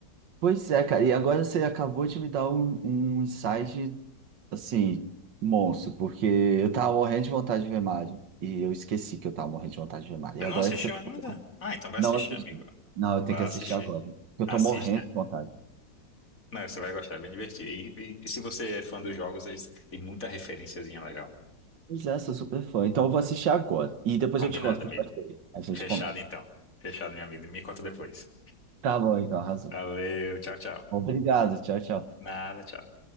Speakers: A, on the right (about 85°); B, on the left (about 50°).
A: Pois é, cara, e agora você acabou de me dar um, um insight, assim, monstro, porque eu tava morrendo de vontade de ver Mario, e eu esqueci que eu tava morrendo de vontade de ver Mario,
B: Você
A: e
B: não
A: agora
B: assistiu
A: que você falou,
B: ainda? Ah, então vai
A: não
B: assistir,
A: assisti.
B: amigo.
A: Não,
B: Vá
A: eu tenho que assistir
B: assistir.
A: agora, porque eu
B: Assista.
A: tô morrendo de vontade.
B: Não, você vai gostar, é bem divertido. E, e- e se você é fã dos jogos, aí tem muita referenciazinha legal.
A: Pois é, sou super fã. Então eu vou assistir agora. E depois
B: Combinada
A: eu te conto o
B: mesmo.
A: que eu achei. A gente
B: Fechado
A: comenta.
B: então. Fechado, meu amigo. Me conta depois.
A: Tá bom, então, arrasou.
B: Valeu, tchau, tchau.
A: Obrigado, tchau, tchau.
B: Nada, tchau.